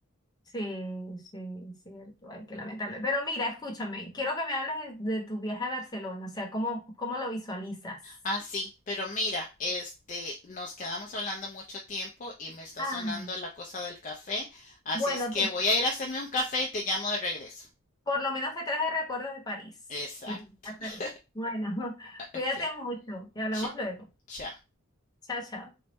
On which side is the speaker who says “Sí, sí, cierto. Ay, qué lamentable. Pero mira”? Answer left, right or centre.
Left